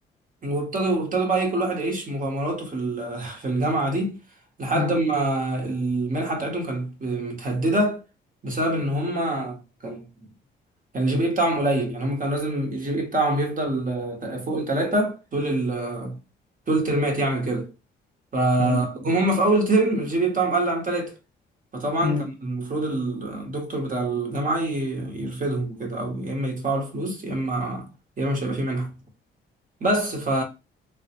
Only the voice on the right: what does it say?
وابتدوا وابتدوا بقى ايه كل واحد يعيش مغامراته في ال- <laughs> في الجامعه دي لحد
ما المنحه بتاعتهم كانت متهدده بسبب ان هم كان كان الجي بي اي بتاعهم قليل يعني هم كان لازم الجي بي اي بتاعهم يفضل آه، فوق الثلاثه طول ال <laughs> طول الترمات يعني كده فجم
هم في اول ترم الجي بي اي بتاعهم قل عن ثلاثه فطبعا
كان المفروض الدكتور بتاع الجامعه ي- يرفدهم كده او يا اما يدفعوا الفلوس يا اما يا اما مش هيبقى في منحه بس ف